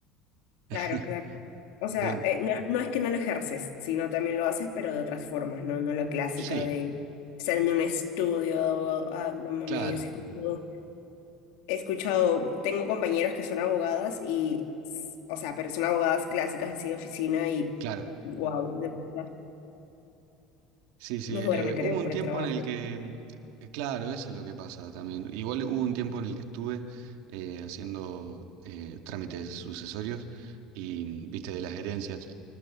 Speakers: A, on the right; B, on the left.
A: <laughs>
B: Claro, claro. O sea,
A: Eh,
B: eh, no, no es que no lo ejerces, sino también lo haces, pero de otras formas, ¿no? No la clásica
A: sí,
B: de estar en un estudio de abogado. Ah, mamá
A: claro,
B: mía, yo sí he escuchado, he escuchado, tengo compañeras que son abogadas y, s- o sea, pero son abogadas clásicas así de oficina y,
A: claro.
B: wow, de verdad,
A: Sí, sí.
B: no duermen,
A: eh,
B: creo,
A: hubo un
B: por
A: tiempo
B: el trabajo.
A: en el que, mm, eh, claro, eso es lo que pasa también. Igual hubo un tiempo en el que estuve eh, haciendo eh, trámites sucesorios y, mm, viste, de las herencias.